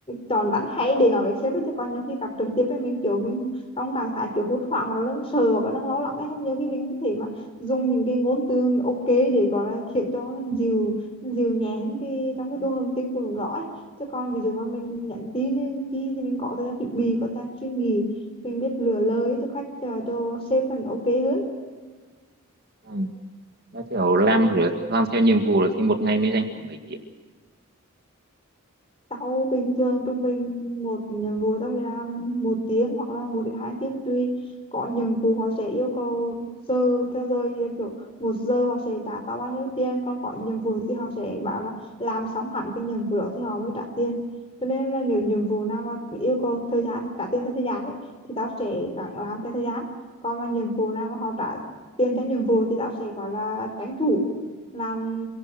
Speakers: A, on the left; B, on the right.
A: chọn bắn hay để nói với sếp ấy chứ còn nhiều khi gặp trực tiếp ấy mình kiểu mình trong trạng thái kiểu hốt hoảng hoặc là đang sợ hoặc là đang lo lắng ấy xong nhiều khi mình không thể mà dùng những cái ngôn từ ok để gọi là khiến cho dịu dịu nhẹ hơn cái trong cái đô hương tinh thần đó ấy chứ còn ví dụ mà mình nhắn tin ấy, chi thì mình có thời gian chuẩn bị có thời gian suy nghĩ mình biết lựa lời ấy cho khách cho, cho sếp là ok hơn
B: ừ. nó kiểu làm rồi làm theo nhiệm vụ rồi thì một ngày mới dành khoảng mấy tiếng
A: tao bình thường trung bình một nhiệm vụ tao sẽ làm một tiếng hoặc là một đến hai tiếng tùy có nhiệm vụ họ sẽ yêu cầu giờ theo giờ thì là kiểu một giờ họ sẽ trả tao bao nhiêu tiền còn có nhiệm vụ thì họ sẽ bảo là làm xong hẳn cái nhiệm vụ đó thì họ mới trả tiền cho nên là nếu nhiệm vụ nào mà yêu cầu thời gian trả tiền theo thời gian ấy, thì tao sẽ gắng làm theo thời gian còn mà nhiệm vụ nào mà họ trả tiền theo nhiệm vụ thì tao sẽ gọi là tranh thủ làm